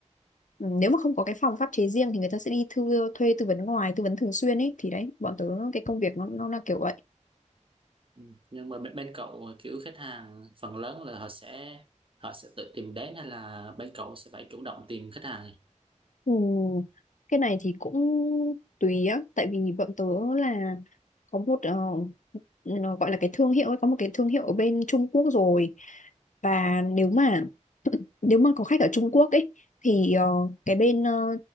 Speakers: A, on the left; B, on the right.
A: ừm, nếu mà không có cái phòng pháp chế riêng thì người ta sẽ đi thư, thuê tư vấn ngoài tư vấn thường xuyên ấy thì đấy bọn tớ cái công việc nó nó
B: Ừ.
A: là kiểu vậy
B: Ừ. Nhưng mà bên, bên cậu ờ, kiểu khách hàng phần lớn là họ sẽ họ sẽ tự tìm đến hay là bên cậu sẽ phải chủ động tìm khách hàng.
A: Ừ. Cái này thì cũng tùy á, tại vì bọn tớ là có một ờ, nó gọi là cái thương hiệu ấy, có một cái thương hiệu ở bên Trung Quốc rồi và nếu mà
B: Ừ.
A: <clears throat> nếu mà có khách ở Trung Quốc ấy thì ờ, cái bên ờ,